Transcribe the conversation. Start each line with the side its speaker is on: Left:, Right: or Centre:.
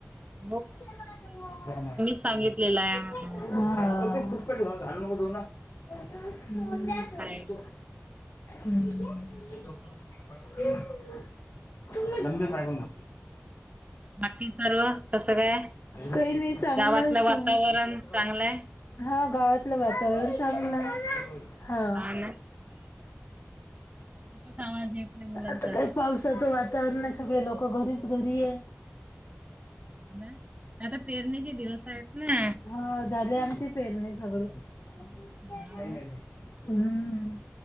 Right: रथथ
Left: फुटकट
Right: सांगितलेलं आहे म्हणून
Left: ना हुं
Right: काय
Left: हुं
Right: म्हणजे
Left: <unintelligible>
Right: बाकी सर्व कसं काय
Left: कइ नाही चांगलं
Right: गावातलं
Left: अस
Right: वातावरण
Left: आहे.
Right: चांगलं आहे
Left: हा गावातलं वातावरण चांगलं आहे.
Right: <unintelligible>
Left: हा
Right: खूपच आवाज येत नाही मुलांचा
Left: आता काय पावसाचं वातावरण आहे. सगळे लोक घरीच घरी आहे.
Right: <unintelligible> आता पेरणीचे दिवस आहेत ना
Left: हा झाली आमची पेरणी सगळी. नाही
Right: हा ना
Left: नाही नाही. हम्म